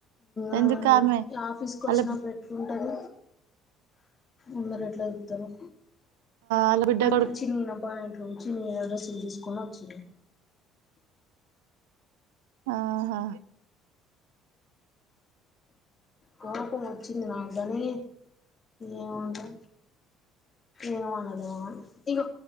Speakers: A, on the left; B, on the right.
A: ఆ
B: ఎందుకామె
A: ఆఫీస్ కు వచ్చినా
B: ఆళ్ళ
A: పెట్టు ఉంటది అందరు ఎట్ల చుతరు
B: ఆళ్ళ బిడ్డ
A: అన్ని
B: కొడుకు
A: చినిగిన ప్యాం ట్లు చినిగిన డ్రస్సులు తీసుకోని వచ్చింది
B: అ హా
A: కోపం వచ్చింది నాకు గానీ ఏమంటా ఏం అనలేము